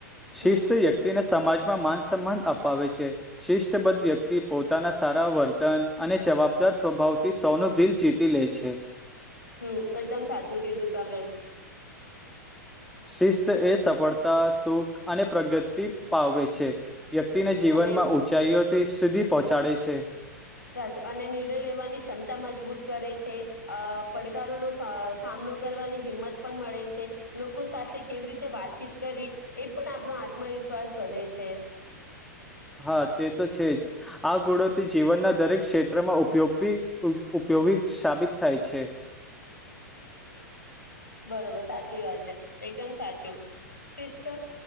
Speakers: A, in the centre; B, on the left.
A: શિસ્ત
B: હમ
A: વ્યક્તિને સમાજ માં માન સન્માન અપાવે છે શિષ્ટબદ્ધ વ્યક્તિ પોતાના સારા વર્તન અને જવાબદાર સ્વભાવથી સૌનું દિલ જીતી લે છે.
B: હમ એકદમ સાચું કીધું તમે.
A: શિસ્ત એ સફળતા સુખ અને પ્રગતિ પાવે છે. વ્યક્તિને જીવનમાં
B: અને
A: ઉઊંચાઈઓ સુધી પહોંચાડે છે.
B: સાચો અને નિર્ણય લેવાની ક્ષમતા મજબૂત કરે છે અ પડકારોનો સામનો કરવાની હિંમત પણ મળે છે લોકો સાથે કેવી રીતે વાતચીત કરવી એ પણ આપણો આત્મવિશ્વાસ વધે છે.
A: હા તે તો છે. આ ગોડો તે જીવનના દરેક ક્ષેત્ર માંગ ઉપયોગ ઉપયોગી સાબિત થાય છે.
B: બરોબર સાચી વાત છે. એકદમ સાચું શિસ્ત